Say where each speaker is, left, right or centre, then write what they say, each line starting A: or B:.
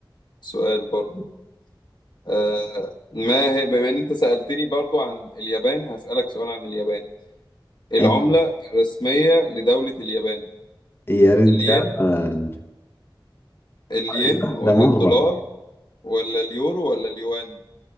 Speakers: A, on the left; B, on the left.
A: سؤال برضو آه ما هي بما ان انت سألتني برضو عن اليابان هسألك سؤال عن اليابان العملة
B: إي
A: الرسمية لدولة اليابان
B: يا رجال
A: الين الين
B: هذه سهلة
A: ولا الدولار
B: مرة
A: ولا اليورو ولا اليوان